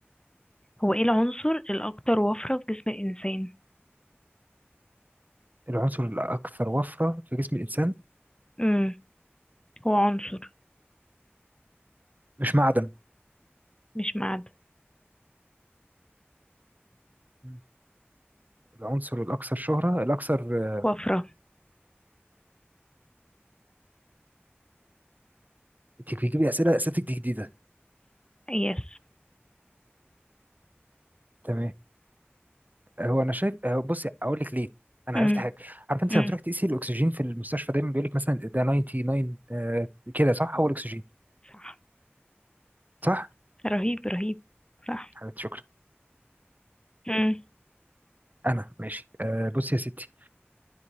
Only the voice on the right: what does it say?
العنصر الاكثر وفرة في جسم الانسان
مش معدن
مم. العنصر الاكثر شهرة الاكثر آه،
انت بتجيب لي اسئله اسئله دي جديده
تمام هو انا شايف آه، بصي اقول لك ليه انا
عرفت حاجه عارف انت
لما تروح تقيسي الاكسجين في المستشفى دايما بيقول لك مثلا ده 99 آه... كده صح هو الاكسجين
صح
حبيبتي شكرا
انا ماشي آه... بصي يا ستي